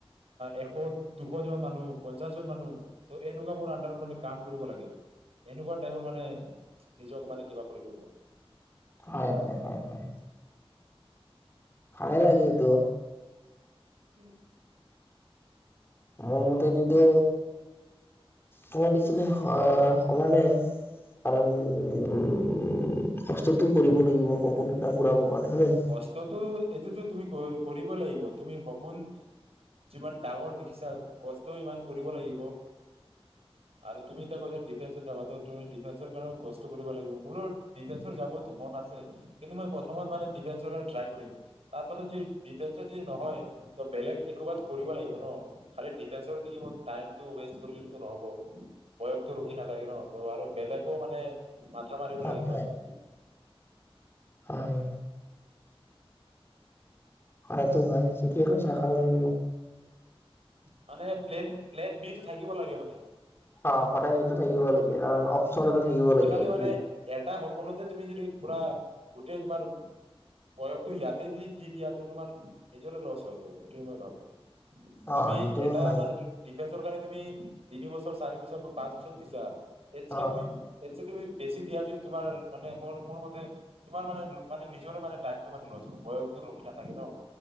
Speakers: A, on the right; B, on the left.
A: এশ, দুশ জন মানুহ পঞ্চাশ জন মানুহ ত এনেকুৱা মোৰ আডাৰত মানে কাম কৰিব লাগে। এনেকুৱা টাই মানে নিজক মানে কিবা? <inaudible>
B: হয়, হয়, হয়, হয়। ভালে লাগে এটো।
A: উম।
B: মোৰ মতে এইতো তমই দিছিলে, সমানাই কাৰণ উ কষ্টতটো কৰিব লাগিব সপোন এটা ঘুৰাব কাৰণে। হয় নে
A: কষ্টতো এটোতো? তুমি কৰিব লাগিব। তুমি সপোন যিমান ডাঙৰ দেখিছা কষ্টও ইমান কৰিব লাগিব। আৰু তুমি ত কৈছ ডিফেন্ঞ্চত যাবো তুমি ডিফেন্সৰ কাৰণেও কষ্ট কৰিব লাগিব। মোৰো ডিফেন্সৰ যাবতো মন আছে, কিন্তু মই প্ৰথমত মানে দিফান্সৰ কাৰণে ট্ৰয় কৰিম, তাৰ পিছত দিফান্সত যদি নহয় বেলেগ কৰোবাত কৰিব লাগিব ন, খালি দিফান্সৰ দি টাইমতো ৱেষ্ট কৰিলে নহব বয়সটো ৰখি নাথাকে ন, আৰু বেলেগে ও মানে? মাথা মাৰিব
B: নহয়?
A: লাগিব আৰু।
B: হয় হয় হয় আৰু তো ভ শিক কৈছা কাৰণ?
A: মানে স প্লেন, প্লেন বি টো থাকিব লাগে মানে।
B: অ, সদায় সেইটো থাকিব লাগে, কাৰণ? অপচন এটা থাকিব
A: তুমি
B: লাগে
A: খালি
B: বুলি
A: মানে এটা সপোনতে তুমি যদি? পুৰা গোটেই তোমাৰ বয়সটো ইয়াতে য দি দিয়া তো তোমাৰ নিজৰে লছ হ এইটো মই ভাবো। তুমি
B: অ সেইটোও
A: এটা
B: হয়
A: মানে দিফেন্সৰ কাৰণে তুমি তিনি বছৰ, চাৰি বছৰ বা পাঁচ বছৰ দিছা। এইত কে
B: অ
A: তুমি? তুমি বেছি দিয়া যদি তোমাৰ মানে মোৰ-মোৰ মতে তোমাৰ মানে মানে নিজৰে মানে টাইমটো মে বয়সটো ৰখি নাথাকে ন।